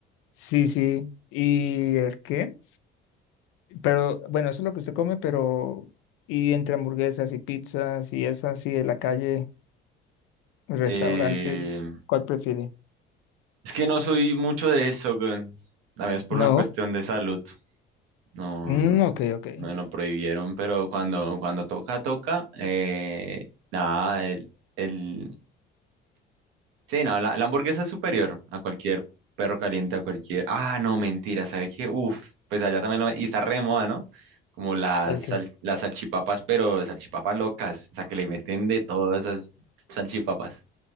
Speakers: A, on the left; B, on the right.
A: sí, sí, ¿y el qué? Pero bueno, eso es lo que usted come, pero y entre hamburguesas y pizzas y eso así de la calle, restaurantes,
B: Eh,
A: ¿cuál prefiere?
B: Es que no soy mucho de eso, weón. También es por
A: No,
B: una cuestión de salud. No,
A: Mm,
B: no,
A: ok, ok.
B: me lo prohibieron, pero cuando, cuando toca, toca. eh, nada, el, el... Sí, no, la, la hamburguesa es superior a cualquier perro caliente, a cualquier... Ah, no, mentira, ¿sabes qué? Uf, pues allá también lo... Y está re de moda, ¿no? Como las,
A: ¿El qué?
B: sal- las salchipapas, pero salchipapas locas. O sea, que le meten de todas esas salchipapas.